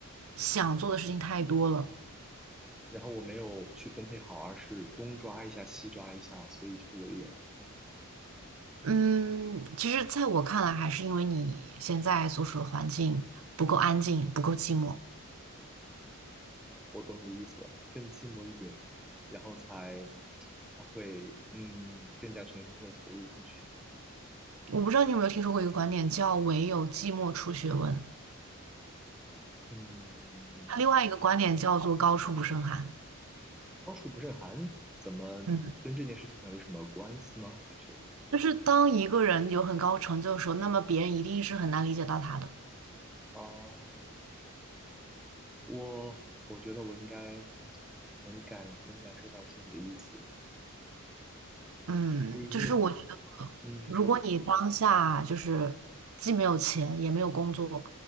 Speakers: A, on the right; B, in the centre.
A: 想做的事情太多了。
B: 然后我没有去分配好，而是东抓一下西抓一下，所以就会有一点，
A: 嗯，其实在我看来，还是因为你现在所处的环境不够安静，不够寂寞。
B: 我懂你的意思了，更寂寞一点，然后才才会嗯更加全身心的投入进去。
A: 我不知道你有没有听说过一个观点，叫“唯有寂寞出学问”。
B: 嗯，
A: 他另外一个观点叫做高处不胜寒，
B: 高处不胜寒，怎么跟这件事情上有什么关系吗？
A: 嗯，
B: 还是
A: 就是当一个人有很高成就的时候，那么别人一定是很难理解到他的，
B: 啊，我我觉得我应该能感能感受到一些你的意思，
A: 嗯，
B: 所以你有
A: 就是我觉得，
B: 嗯，
A: 如果你当下就是既没有钱也没有工作，
B: 你说